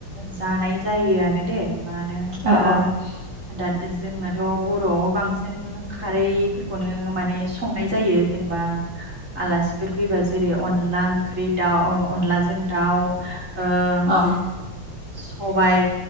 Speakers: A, on the right; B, on the right.
A: जानाय जायोआनो दे। मानो होनबा
B: अ अ
A: दा जोंनाथ' बर'आव बांसिन खारैफोरखौनो माने संनाय जायो जे जेनेबा आलासिफोर फैबा जेरै अनला ओंख्रि दाउ अनलाजों दाउ ओ
B: अ
A: सबाय।